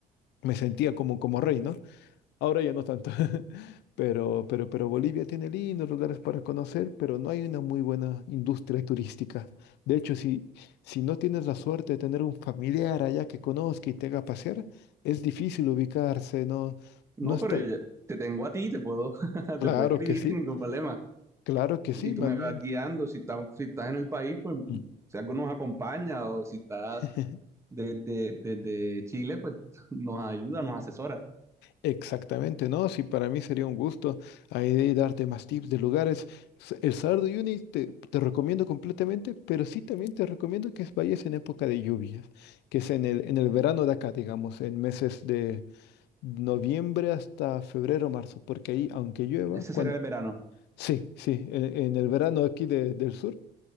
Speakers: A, on the left; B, on the right.
A: me sentía como, como rey, ¿no? Ahora ya no tanto. <laughs> Pero, pero, pero Bolivia tiene lindos lugares para conocer, pero no hay una muy buena industria turística. De hecho, si, si no tienes la suerte de tener un familiar allá que conozca y te haga pasear, es difícil ubicarse, no,
B: No,
A: no está.
B: pero ya- te tengo a ti, te puedo, <laughs>
A: Claro
B: te puedo escribir
A: que sí,
B: sin ningún problema.
A: claro que
B: Y
A: sí,
B: tú
A: más
B: me
A: bien.
B: vas guiando, si estás, si estás en el país, pues
A: Mm.
B: si algo nos acompaña o si estás
A: <laughs>
B: desde desde Chile, pues nos ayuda, nos asesora.
A: Exactamente, no, sí, para mí sería un gusto ahí de darte más tips de lugares. S- El Salar de Uyuni te, te recomiendo completamente, pero sí también te recomiendo que vayas en época de lluvias, que es en el, en el verano de acá, digamos, en meses de noviembre hasta febrero, marzo, porque ahí, aunque llueva,
B: Ese
A: cuando...
B: sería el verano.
A: Sí, sí, en, en el verano aquí de- del sur,